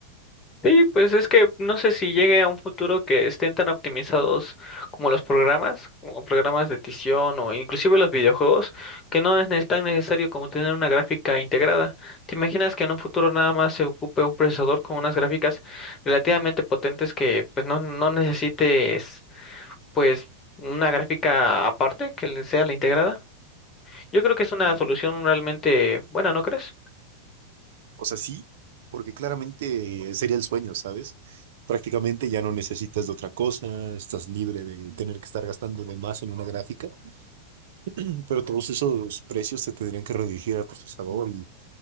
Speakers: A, on the left; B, on the right.
A: Sí, pues es que no sé si llegue a un futuro que estén tan optimizados como los programas, como programas de edición o inclusive los videojuegos, que no es ne- tan necesario como tener una gráfica integrada. ¿Te imaginas que en un futuro nada más se ocupe un procesador con unas gráficas relativamente potentes que pues no, no necesites pues una gráfica aparte que le sea la integrada? Yo creo que es una solución realmente buena, ¿no crees?
B: O sea, sí, porque claramente sería el sueño, ¿sabes? Prácticamente ya no necesitas de otra cosa, estás libre de tener que estar gastando de más en una gráfica, <clears throat> pero todos esos precios se tendrían que redirigir al procesador y,